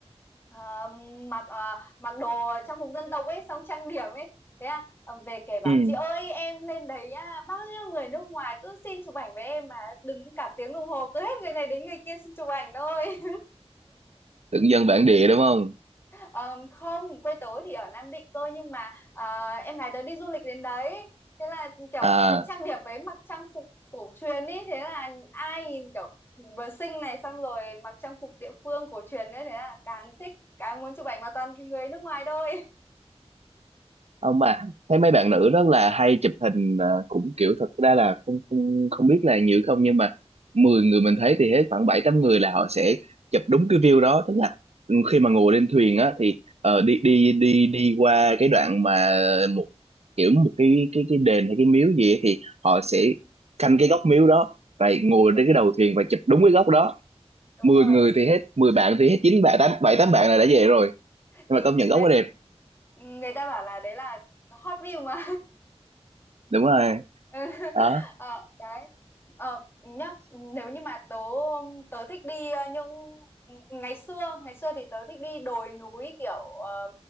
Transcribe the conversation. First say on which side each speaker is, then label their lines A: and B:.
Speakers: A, on the left; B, on the right.
A: à, mặc à, mặc đồ trang phục dân tộc ấy xong trang điểm ấy thế là à, về kể bảo
B: ừ.
A: chị ơi em lên đấy á, bao nhiêu người nước ngoài cứ xin chụp ảnh với em mà đứng cả tiếng đồng hồ cứ hết người này đến người kia xin chụp ảnh thôi
B: Tưởng dân bản địa đúng không
A: Ờ, không, quê tớ thì ở Nam Định cơ nhưng mà à, em gái tớ đi du lịch đến đấy. Thế là kiểu
B: à
A: mình trang điểm với mặc trang phục cổ truyền ý, thế là ai nhìn kiểu vừa xinh này xong rồi mặc trang phục địa phương cổ truyền nữa thế là càng thích, càng muốn chụp ảnh mà toàn người nước ngoài thôi.
B: Không mà thấy mấy bạn nữ rất là hay chụp hình à, cũng kiểu thật ra là không không không biết là nhiều không nhưng mà 10 người mình thấy thì hết khoảng bảy tám người là họ sẽ chụp đúng cái view đó tức là khi mà
A: Ờ,
B: ngồi lên thuyền á thì ờ, đi đi đi đi qua cái đoạn mà một kiểu một cái cái cái đền hay cái miếu gì ấy, thì
A: Ừ.
B: họ sẽ canh cái góc miếu đó và ngồi
A: Ừ,
B: trên cái đầu thuyền và chụp đúng cái góc đó
A: đúng
B: mười
A: rồi.
B: người thì hết mười bạn thì hết chín bạn tám bảy tám bạn là đã về rồi nhưng
A: Thì
B: mà công nhận
A: người
B: góc quá đẹp
A: người ta bảo là đấy là hot view mà.
B: đúng rồi
A: ừ. <laughs>
B: đó
A: ờ đấy ờ nhá nếu như mà tớ tớ thích đi ờ, những ừ, ngày xưa ngày xưa thì tớ thích đi đồi núi kiểu ờ,